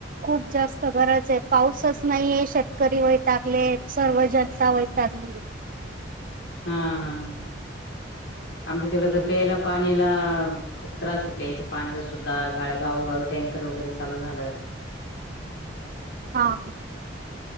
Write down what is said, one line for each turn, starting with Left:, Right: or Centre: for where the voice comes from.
Right: खूप जास्त गरच आहे पाऊसच नाहीये शेतकरी वय टाकले सर्व जनतावय लागले
Left: हा हा ह आमच्या तिकड तर प्यायला पाणीला खूप त्रास प्यायचे पाण्याचा सुद्धा गाळ गावगावी टँक वैरे चालू झाल्या
Right: हा.